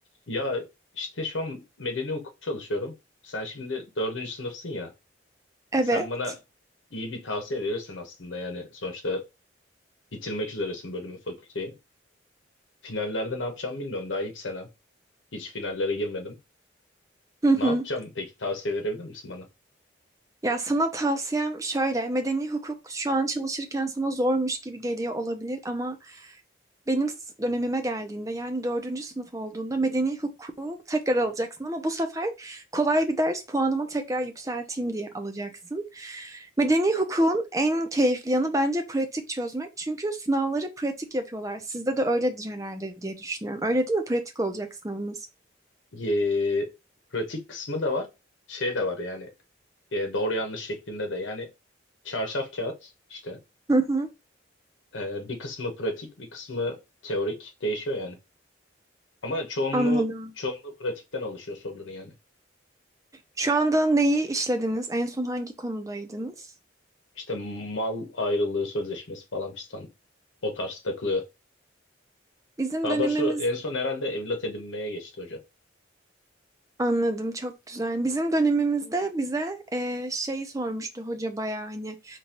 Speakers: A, on the left; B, on the right.
A: Ya işte şu an medeni hukuk çalışıyorum. Sen şimdi dördüncü sınıfsın ya.
B: Evet.
A: Sen bana iyi bir tavsiye verirsin aslında yani. Sonuçta bitirmek üzeresin bölümü, fakülteyi. Finallerde ne yapacağımı bilmiyorum. Daha ilk senem. Hiç finallere girmedim.
B: Hı
A: Ne
B: hı.
A: yapacağım peki? Tavsiye verebilir misin bana?
B: Ya sana tavsiyem şöyle, medeni hukuk şu an çalışırken sana zormuş gibi geliyor olabilir ama benim s- dönemime geldiğinde yani dördüncü sınıf olduğunda medeni hukuku tekrar alacaksın ama bu sefer kolay bir ders puanımı tekrar yükselteyim diye alacaksın. Medeni hukukun en keyifli yanı bence pratik çözmek çünkü sınavları pratik yapıyorlar. Sizde de öyledir herhalde diye düşünüyorum. Öyle değil mi? Pratik olacak sınavınız.
A: Ee, pratik kısmı da var. Şey de var yani. e, doğru yanlış şeklinde de. Yani çarşaf kağıt işte.
B: Hı hı.
A: Ee, bir kısmı pratik, bir kısmı teorik. Değişiyor yani. Ama çoğunluğu
B: Anladım.
A: çoğunluğu pratikten oluşuyor soruların yani.
B: Şu anda neyi işlediniz? En son hangi konudaydınız?
A: İşte mal ayrılığı sözleşmesi falan fistan o tarz takılıyor.
B: Bizim
A: Daha
B: dönemimiz
A: doğrusu en son herhalde evlat edinmeye geçti hocam.
B: anladım çok güzel. Bizim dönemimizde bize eee, şey sormuştu hoca bayağı hani